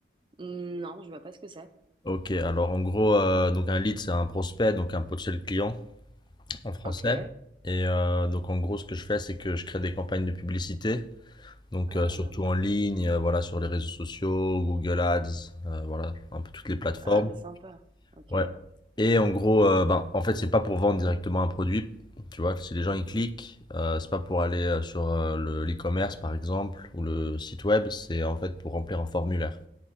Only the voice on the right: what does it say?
Non, je vois pas ce que c'est.
Ok.
Ah,
ah, c'est sympa. Ok.